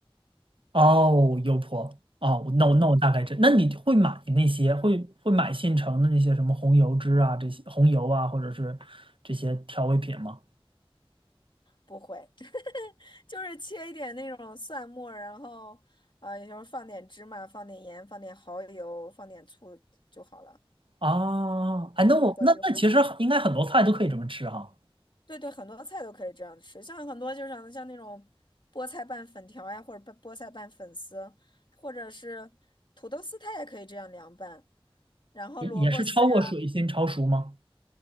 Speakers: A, on the right (about 60°); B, on the left (about 55°).
A: 哦，油泼哦，那我那我大概知，
B: 嗯，
A: 那你会买那些会会买现成的那些什么红油汁啊，这些红油啊，或者是这些调味品吗？
B: 不会，<laughs> 就是切一点那种蒜末，然后呃，也就是放点芝麻，放点盐，放点蚝油，放点醋就好了。
A: 啊，哎，那我那那其实应该很多菜都可以这么吃哈，
B: 可以泼就对对，很多菜都可以这样吃，像很多就是像像那种菠菜拌粉条呀，或者拌菠菜拌粉丝，或者是土豆丝，它也可以这样凉拌。然后萝卜丝呀，
A: 也也是焯过水先焯熟吗？